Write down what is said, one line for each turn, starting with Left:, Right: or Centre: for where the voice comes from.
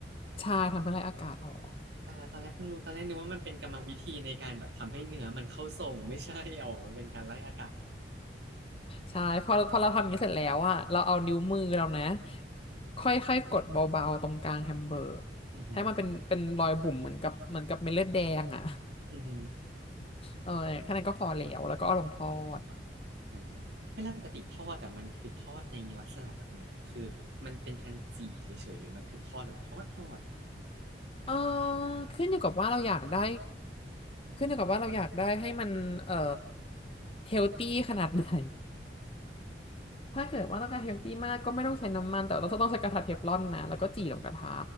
Left: ใช่ทำให้ไล่อากาศออก
Right: แต่ละตอนแรกเพิ่งรู้ตอนแรกนึกว่ามันเป็นกรรมวิธีในการแบบทำให้เนื้อมันเข้าทรงไม่ใช่อ๋อมันเป็นการไล่อากาศเหรอ
Left: ใช่พอพอเราทำอย่างนี้เสร็จแล้วอะเราเอานิ้วมือเรานะค่อยๆกดเบาๆตรงกลางแฮมเบอร์ก
Right: อือฮึ
Left: ให้มันเป็นเป็นรอยบุ๋มเหมือนกับเหมือนกับเม็ดเลือดแดงอะ
Right: อือฮึ
Left: เออแค่นั้นก็พอแล้วแล้วก็เอาลงทอด
Right: อ่าเวลาปกติทอดอ่ะมันคือทอดในลักษณะแบบไหนอะคือมันเป็นการจี่เฉยๆหรือมันคือทอดแบบทอดทอดอะ
Left: เออขึ้นอยู่กับว่าเราอยากได้ขึ้นอยู่กับว่าเราอยากได้ให้มันเอ่อเฮลตี้ขนาดไหนถ้าเกิดว่าต้องการเฮลตี้มากก็ไม่ต้องใช้น้ำมันแต่ว่าต้องต้องใช้กระทะเทฟลอนนะแล้วก็จี่ลงกระทะ